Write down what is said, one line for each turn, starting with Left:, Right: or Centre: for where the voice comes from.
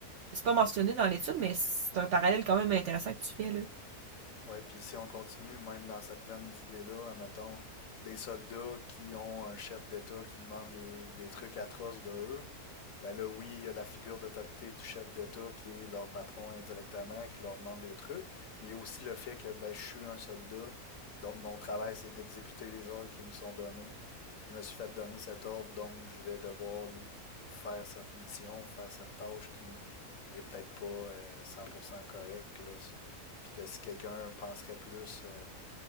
Right: c'est pas mentionné dans l'étude, mais c'est un parallèle quand même intéressant que tu fais, là.
Left: Ouais, puis si on continue même dans cette veine d'idées-là, admettons, des soldats qui ont un chef d'État qui demande des, des trucs atroces de eux, ben là, oui, il y a la figure d'autorité du chef d'État qui est leur patron indirectement, qui leur demande des trucs, mais il y a aussi le fait que ben, je suis un soldat, donc mon travail, c'est d'exécuter les ordres qui me sont donnés. Je me suis fait donner cet ordre, donc je vais devoir l- faire cette mission, faire cette tâche qui est peut-être pas euh, 100% correcte, là, s- puis que si quelqu'un penserait plus euh,